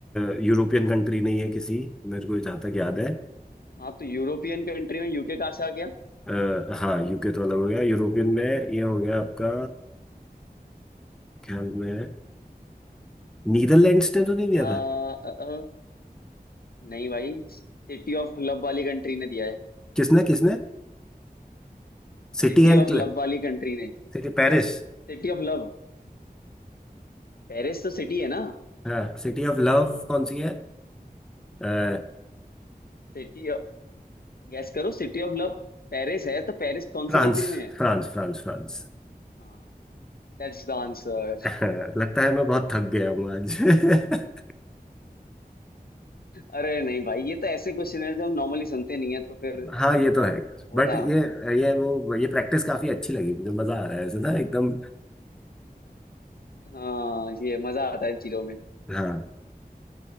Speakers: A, in the centre; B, on the left.
A: अ, यूरोपियन कंट्री नहीं है किसी मेरे को जहाँ तक याद है
B: हाँ तो यूरोपियन कंट्री में यूके कहाँ से आ गया
A: आ, हाँ यूके तो अलग हो गया यूरोपियन में ये हो गया आपका ख्याल में नीदरलैंड्स ने तो नहीं दिया
B: आ,
A: था
B: आ, आ, नहीं भाई सिटी ऑफ लव वाली कंट्री ने दिया है
A: किसने किसने City
B: सिटी
A: and
B: ऑफ लव वाली कंट्री ने
A: City Paris
B: City of love पेरिस तो सिटी है ना
A: हाँ सिटी ऑफ लव कौन सी है अ,
B: सिटी ऑफ, गैस करो सिटी ऑफ लव पेरिस है तो पेरिस कौन
A: फ्रांस
B: सी कंट्री में है
A: France France France
B: हाँ दैट्स द आंसर
A: <laughs> लगता है मैं बहुत थक गया हूँ आज <laughs>
B: अरे नहीं भाई ये तो ऐसे क्वेश्चन है जो हम नॉर्मली सुनते नहीं है तो फिर
A: हाँ ये तो है यार,
B: होता
A: बट ये
B: होता है
A: ये वो ये प्रैक्टिस काफी अच्छी लगी मुझे मजा आ रहा है ऐसे ना एकदम
B: हाँ ये मजा आता है इन चीजों में
A: हाँ